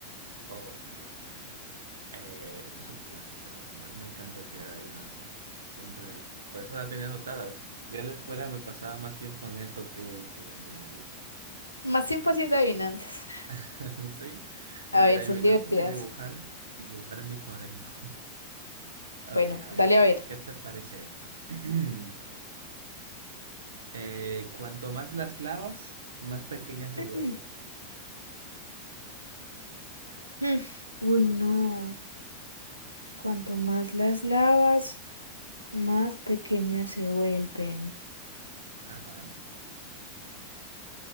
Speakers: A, on the right; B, on the left.
A: Ok, ok, ok. Eh, esto es un clásico, la verdad, me encanta tirar adivinanzas, siempre, por eso la tenía anotada. Yo en la escuela me pasaba más tiempo en esto que estudiando, la verdad.
B: Más tiempo haciendo adivinanzas.
A: <laughs> Sí, entre
B: A ver,
A: adivinanzas
B: son divertidas.
A: y dibujar y dibujar en mi cuaderno. <laughs> Ok,
B: Bueno,
A: a ver,
B: dale a ver.
A: ¿qué te parece esta? <clears throat> Eh, cuanto más las lavas, más pequeñas se
B: <clears throat>
A: vuelven.
B: Mm. Mm. Uy, no. Cuanto más las lavas, más pequeñas se vuelven.
A: Ajá,